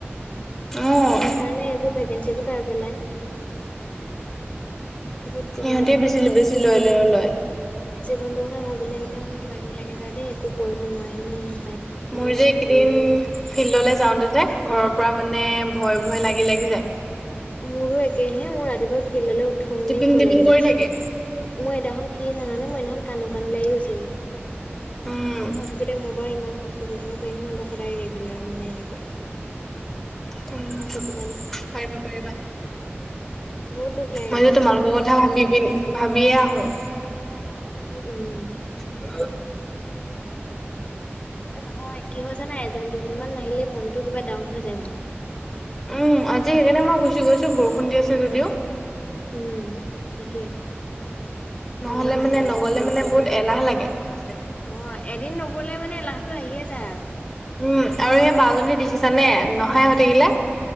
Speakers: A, in the centre; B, on the left (about 25°).
A: উম।
B: সেইকাৰণে এইবোৰ ভেকেঞ্চিবোৰ খাই পেলাই বহুত কিবা
A: সিহঁতে বেছি বেছি লৈ লৈ আৰু লয়
B: জীৱনটো কথা ভাবিলে একদম কিবা কিবি লাগি যায় দেই। একো কৰিব নোৱাৰিমে এনে
A: মোৰ যে এইকেইদিন ফিল্ডলৈ যাওঁতে যে ঘৰৰ পৰা মানে ভয় ভয় লাগে। লি লাগি যায়।
B: মোৰো একেহে মোৰ ৰাতিপুৱা ফিল্ডলৈ উঠোনি
A: টিপিং
B: ভয়
A: টিপিং
B: লাগি
A: কৰি
B: যায়।
A: থাকে
B: মই এদিনাখন কি জানানে মই এদিনাখন কান্দো কান্দো লাগি গৈছে গে।
A: উম,
B: মই ভাবিছো দে মোৰ ইমান কষ্ট কৰি থাকিব পাৰিম ন ব সদায় ৰেগুলাৰ মানে এনেকে
A: উম,
B: চ
A: পাৰিবা পাৰিবা
B: বহুত দুখ লাগে কেতিয়াবা
A: মইতো তোমালোকৰ
B: গম পোৱা
A: কথা
B: নে।
A: ভাবি পিন ভাবিয়ে হয়
B: উম
A: উ
B: নহয় কি হয় জানাই এজনী দুজনমান নাহিলে মনটো কিবা ডাউন হৈ যায় মানে
A: উম আজি সেইকাৰণে মই গুচি গৈছো বৰষুণ দি আছে যদিও
B: উম, সেইটোয়ে মনটো
A: নহলে মানে নগলে
B: বহুত
A: মানে বহুত এলাহ লাগে <inaudible>
B: অ এদিন নগলে মানে লাহটো আহিয়ে যায় আৰু
A: উম আৰু সেই বাজনী দেখিছ নে নহাই হৈ থাকিলে